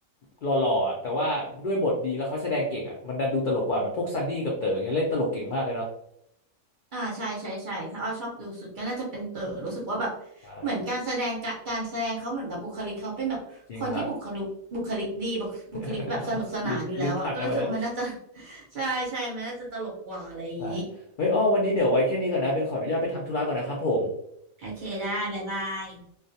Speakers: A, on the left; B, on the right.
A: หล่อๆอะแต่ว่าด้วยบทดีแล้วเขาแสดงเก่งอ่ะมันดันดูตลกกว่าแบบพวกซันนี่กับเต๋อเงี้ยเล่นตลกเก่งมากเลยเนาะ
B: อ่าใช่ใช่ใช่ถ้าอ้อชอบดูสุดก็น่าจะเป็นเต๋อรู้สึกว่าแบบ
A: ใช่
B: เหมือนการแสดงกะการแสดงเขาเหมือนแบบบุคลิกเขาเป็นแบบคนที่บุคลิกบุคลิกดีบุคบุคลิกแบบสนุกสนานอยู่แล้วอะก็รู้สึกว่ามันน่าจะ
A: จริงครับ <laughs> ลิ้นลิ้นพันนะวันเนี้ย
B: <laughs> ใช่ใช่มันน่าจะตลกกว่าอะไรอย่างนี้
A: <laughs> ใช่เฮ้ยอ้อวันนี้เดี๋ยวไว้แค่นี้ก่อนนะเป็นขออนุญาตไปทำธุระก่อนนะครับผม
B: โอเคได้บ๊ายบาย